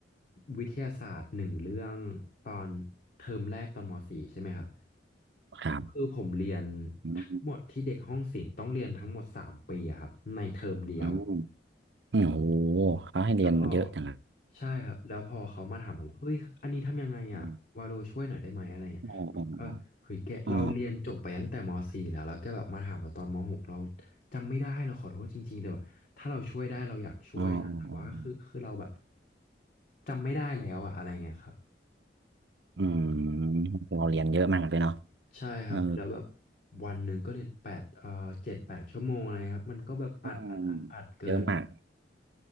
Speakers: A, on the left; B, on the right.
A: วิทยาศาสตร์หนึ่งเรื่องตอนเทอมแรกตอนม .4 ใช่ไหมครับ
B: ครับ
A: คือผมเรียน
B: อืม
A: ทั้งหมดที่เด็กห้องศิลป์ต้องเรียนทั้งหมดสามปีอะครับในเทอมเดียว
B: อืมอืมโอ้โหเขาให้เรียนเยอะจังอะ
A: แล้วพอใช่ครับแล้วพอเขามาถามผมว่าเฮ้ยอันนี้ทำยังไงอ่ะวาโลช่วยหน่อยได้ไหมอะไรเงี้ยผมก็เฮ้ยแกเราเรียนจบไปตั้งแต่ม
B: อืมอ๋ออ๋ออ๋อ
A: .4 แล้วแล้วแก็แบบมาถามเราตอนม .6 เราจำไม่ได้เราขอโทษจริงๆแต่ว่าถ้าเราช่วยได้เราอยากช่วยนะแต่ว่าคือคือเราแบบ
B: อ๋ออ๋ออ๋ออ๋อ
A: จำไม่ได้แล้วอะอะไรเงี้ยครับ
B: อืมเราเรียนเยอะมากเลยเนาะ
A: ใช่ครับแล้วแบบ
B: เออ
A: วันหนึ่งก็เรียนแปดเอ่อเจ็ดแปดชั่วโมงอะไรครับมันก็แบบอัดอัดอัดอัดเกิน
B: อืมเยอะมาก